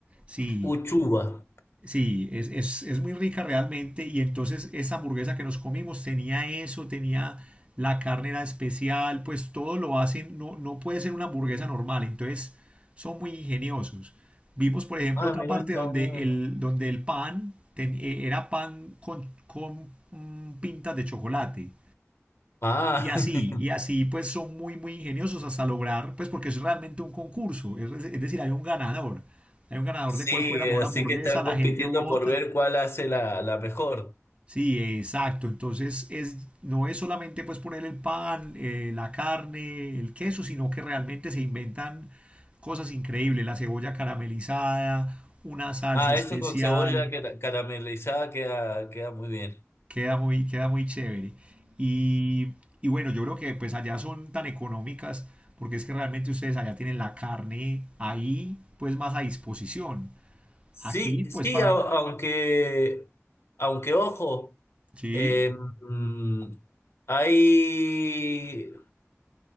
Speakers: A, on the right (about 25°); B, on the left (about 60°).
A: Sí.
B: Uchuba.
A: Sí, es, es, es muy rica realmente. Y entonces esa hamburguesa que nos comimos tenía eso, tenía la carne era especial, pues todo lo hacen, no, no puede ser una hamburguesa normal. Entonces son muy ingeniosos. Vimos, por ejemplo,
B: Ah,
A: otra
B: mira,
A: parte
B: está
A: donde
B: muy bien.
A: el, donde el pan ten- eh, era pan con, con mm, pintas de chocolate.
B: Ah,
A: Y así,
B: <laughs>
A: y así pues son muy, muy ingeniosos hasta lograr, pues porque es realmente un concurso, es, es decir, hay un ganador, hay un ganador
B: sí,
A: de cuál fuera mejor
B: así
A: hamburguesa,
B: que están
A: la
B: compitiendo
A: gente vota.
B: por ver cuál hace la, la mejor.
A: Sí, exacto. Entonces es, no es solamente pues poner el pan, eh, la carne, el queso, sino que realmente se inventan cosas increíbles. La cebolla caramelizada, una salsa
B: Ah,
A: especial.
B: eso con cebolla cara- caramelizada queda, queda muy bien.
A: Queda muy, queda muy chévere. Y, y bueno, yo creo que pues allá son tan económicas porque es que realmente ustedes allá tienen la carne ahí pues más a disposición.
B: Sí,
A: Aquí pues
B: sí,
A: para...
B: a- aunque, aunque ojo,
A: Sí,
B: eh, mm, hay,